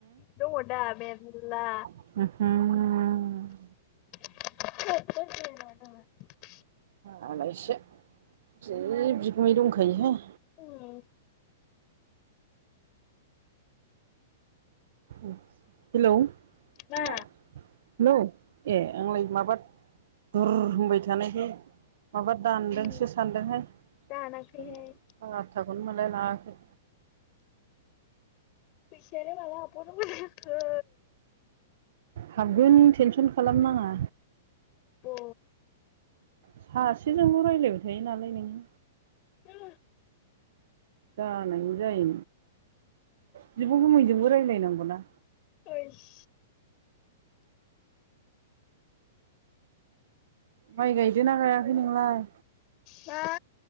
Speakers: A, on the left; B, on the right.
A: दङ दा मेरला
B: हुम हुम
A: <unintelligible>
B: मालायसो जि बिगुमै दंखायो हाय।
A: उम
B: हेलौ
A: मा
B: हेलौ, ए आंलाय माबा बुर होनबाय था जानायखाय माबा दानदोंसो
A: ए
B: सानदोंहाय।
A: दानाखैहाय
B: फाथथाखौनो मोनालायलाङाखै।
A: फैसायानो माला हाबबाव नांगौ जाखो।
B: हाबगोन टेनसन खालामनाङा।
A: अ
B: सासेजोंल' रायज्लायबाय थायो नालाय नोङो।
A: उम
B: जानायबो जायो बिब' गुमैजोंबो रायज्लायनांगौना।
A: ओइस
B: माइ गायदोना गायाखै नोंलाय?
A: मा?